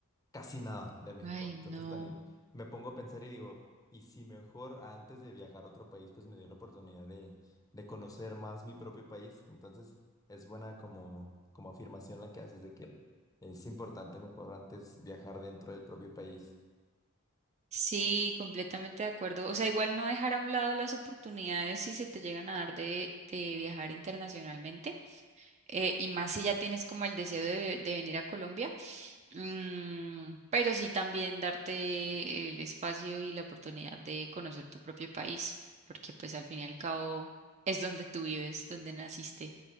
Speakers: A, on the left; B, on the right.
A: casi nada de México.
B: Ay,
A: Entonces
B: no.
A: también Mm, me pongo a pensar y digo, y si mejor antes de viajar a otro país, pues me dio la oportunidad de, de conocer más mi propio país. Entonces es buena como, como afirmación la que haces de que es importante mejor antes viajar dentro del propio país.
B: Sí, completamente de acuerdo. O sea, igual no dejar a un lado las oportunidades si se te llegan a dar de, de viajar internacionalmente, eh, y más si ya tienes como el deseo de, de venir a Colombia, Mm, pero sí también darte el espacio y la oportunidad de conocer tu propio país, porque pues al fin y al cabo es donde tú vives, donde naciste,